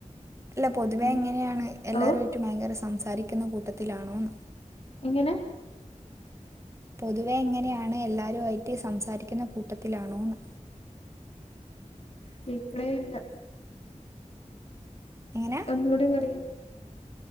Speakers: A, on the right (about 20°); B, on the left (about 50°).
A: അല്ല പൊതുവെ
B: ഉം
A: എങ്ങനെയാണ് എല്ലാരുമായിട്ടും
B: ഓ
A: ഭയങ്കര സംസാരിക്കുന്ന കൂട്ടത്തിലാണോ ന്ന്
B: എങ്ങനെ
A: പൊതുവെ എങ്ങനെയാണ് എല്ലാവരുമായിട്ട് സംസാരിക്കുന്ന കൂട്ടത്തിലാണോന്ന്
B: കേക്ണേ ഇല്ല
A: എങ്ങനെ
B: ഒന്നുകൂടി പറയു